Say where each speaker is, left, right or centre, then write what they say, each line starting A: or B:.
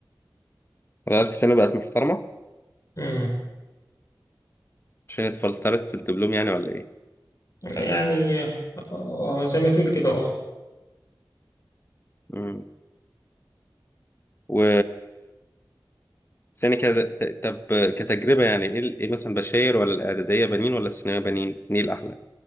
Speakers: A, on the left; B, on the left.
A: العيال في ثانوي بقت محترمة
B: مم.
A: عشان اتفلترت في الدبلوم يعني ولا إيه
B: يعني آه، زي ما تقول كده اه
A: مم. و بس يعني كده ت- طب كتجربة يعني ايه ال- إيه مثلا بشاير ولا الإعدادية بنين ولا الثانوية بنين؟ مين الأحلى؟